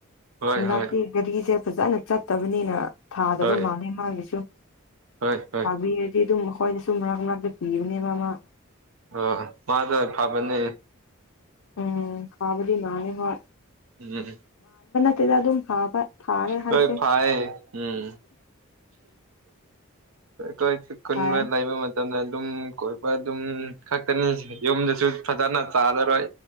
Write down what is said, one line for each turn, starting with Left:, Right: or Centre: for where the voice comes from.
Right: ꯍꯣꯏ
Left: ꯍꯟꯗꯇꯤ
Right: ꯍꯣꯏ
Left: ꯒꯥꯔꯤꯁꯦ ꯐꯖꯅ ꯆꯠꯇꯕꯅꯤꯅ ꯊꯥꯗꯕ
Right: ꯍꯣꯏ
Left: ꯃꯥꯜꯂꯦ ꯃꯥꯒꯤꯁꯨ
Right: ꯍꯣꯏ ꯍꯣꯏ
Left: ꯈꯥꯕꯤꯔꯗꯤ ꯑꯗꯨꯝ ꯍꯣꯏꯗꯤ ꯁꯨꯝ ꯃꯅꯥꯛ ꯃꯅꯥꯛꯇ ꯄꯤꯕꯅꯦꯕ ꯑꯃ
Right: ꯑ ꯃꯥꯗ ꯐꯕꯅꯦ
Left: ꯎꯝ ꯀꯥꯕꯗꯤ ꯃꯅꯤ ꯍ
Right: ꯔꯦ
Left: ꯗ ꯑꯗꯨꯝ ꯐꯥꯕ ꯐꯥꯔꯦ ꯍꯥꯏꯁꯦ
Right: ꯈꯣꯏ ꯐꯥꯏ ꯎꯝ ꯀꯣꯏ ꯆ ꯀꯨꯟꯕ
Left: ꯐꯥꯏꯌꯦ
Right: ꯂꯩꯕ ꯃ ꯃꯇꯝꯗ ꯑꯗꯨꯝ ꯀꯣꯏꯕ ꯑꯗꯨꯝ ꯈꯛꯇꯅꯤ ꯌꯨꯝꯗꯁꯨ ꯐꯖꯅ ꯆꯥꯔꯔꯣꯏ